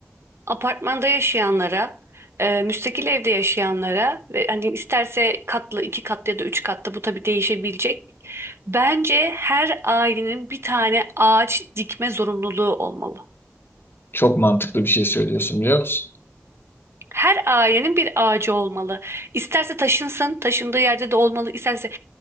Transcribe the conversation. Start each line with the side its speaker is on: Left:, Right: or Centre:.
Right: Apartmanda yaşayanlara, e, müstakil evde yaşayanlara ve hani isterse katlı, iki katlı ya da üç katlı bu tabii değişebilecek. Bence her ailenin bir tane ağaç dikme zorunluluğu olmalı.
Left: Çok mantıklı bir şey söylüyorsun biliyor musun?
Right: Her ailenin bir ağacı olmalı. İsterse taşınsın, taşındığı yerde de olmalı. İsterse